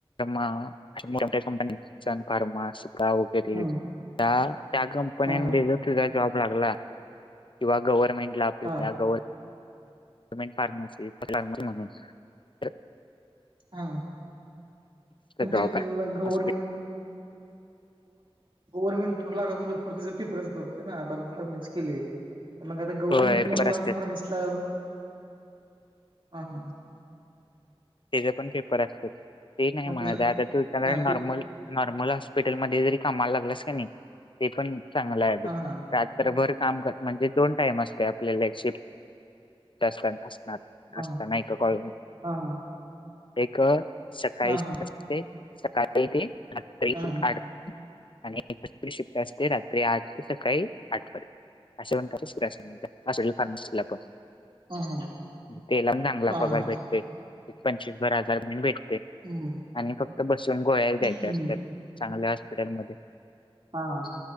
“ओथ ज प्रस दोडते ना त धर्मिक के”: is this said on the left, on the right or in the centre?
Right